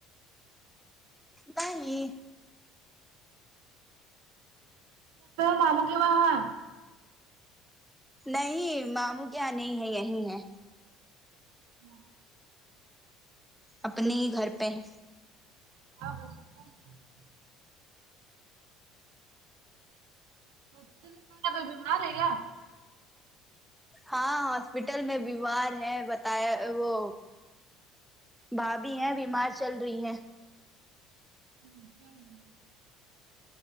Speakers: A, in the centre; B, on the right.
A: نہیں
B: مامو کے وہاں
A: نہیں ماموں کے ہاں نہیں ہے یہی ہے
B: ہاں
A: اپنے ہی گھر پہ ہیں
B: <inaudible> ہاسپٹل میں <unintelligible> بیمار ہے گا
A: ہاں ہاسپٹل میں بیمار ہے بتایا وہ بھابھی ہیں بیمار چل رہی ہیں
B: ہمم کیا ہوا ہے